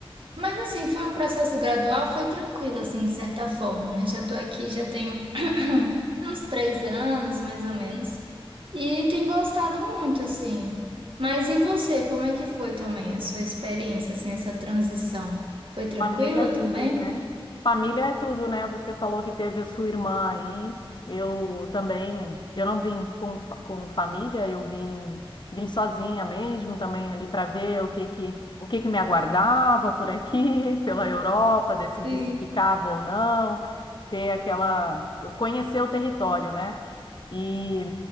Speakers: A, on the right; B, on the left.
A: Mas assim, foi um processo gradual, foi tranquilo, assim, de certa forma, né? Já tô aqui, já tem <clears throat> uns três anos, mais ou menos, e tenho gostado muito, assim. Mas e você, como é que foi também a sua experiência, assim, essa transição? Foi tranquila
B: Família é tudo,
A: também?
B: né? Família é tudo, né? Você falou que teve a sua irmã aí. Eu também, eu não vim com, fa- com família, eu vim vim sozinha mesmo também ali para ver o que que o que que me aguardava por aqui, <laughs> pela Europa, decidir
A: Sim.
B: se ficava ou não, ter aquela conhecer o território, né? E,